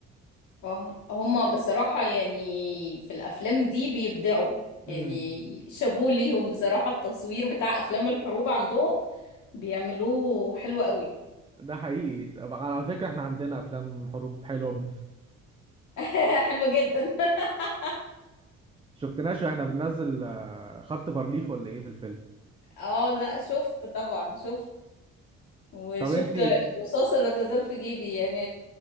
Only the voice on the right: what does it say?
رهيب
ده حقيقي طب على فكرة احنا عندنا افلام حروب حلوة
<laughs> شفتناش واحنا بننزل آه، خط بارليف ولا ايه في الفيلم
طب انتي